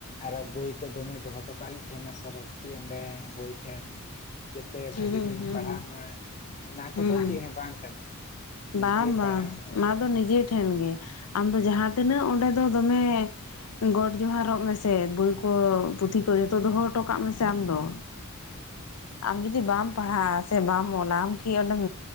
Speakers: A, on the left (about 30°); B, on the left (about 80°).
A: ᱟᱨᱚ ᱵᱚᱭ ᱠᱚ ᱫᱚᱢᱮ ᱫᱚᱦᱚ ᱦᱚᱴᱚᱠᱟᱜ ᱦᱩᱭᱩᱜ ᱛᱟᱦᱮᱸᱱᱟ ᱥᱚᱨᱚᱥᱚᱛᱤ ᱚᱸᱰᱮ ᱵᱚᱭ ᱴᱷᱮᱱ ᱡᱟᱛᱮ ᱵᱷᱟᱜᱮ
B: ᱦᱩᱸ
A: ᱧᱚᱜ ᱤᱧ
B: ᱦᱩᱸ
A: ᱯᱟᱲᱦᱟᱜ ᱢᱟ ᱚᱱᱟ ᱠᱚᱫᱚ
B: ᱦᱩᱸ
A: ᱪᱮᱫ ᱦᱚᱸ ᱵᱟᱝ ᱠᱟᱱᱟ᱾ ᱱᱤᱡᱮ
B: ᱵᱟᱝ ᱵᱟᱝ
A: ᱯᱟᱲᱦᱟᱣ ᱦᱳᱭ
B: ᱚᱱᱟ ᱫᱚ ᱱᱤᱡᱮ ᱴᱷᱮᱱ ᱜᱮ ᱟᱢᱫᱚ
A: ᱦᱳᱭ
B: ᱡᱟᱦᱟᱸ ᱛᱤᱱᱟᱹᱜ ᱚᱸᱰᱮ ᱫᱚ ᱫᱚᱢᱮ ᱜᱚᱰ ᱡᱚᱦᱟᱨᱚᱜ ᱢᱮᱥᱮ ᱵᱳᱭ ᱠᱚ ᱯᱩᱛᱷᱤ ᱠᱚ ᱡᱚᱛᱚ ᱫᱚᱦᱚ ᱦᱚᱴᱚ ᱠᱟᱜ ᱢᱮᱥᱮ ᱟᱢ ᱫᱚ
A: <unintelligible>
B: ᱟᱢ ᱡᱩᱫᱤ ᱵᱟᱢ ᱯᱟᱲᱦᱟᱜᱼᱟ ᱥᱮ ᱵᱟᱢ ᱚᱞᱟ ᱟᱢ ᱠᱤ ᱚᱸᱰᱮᱢ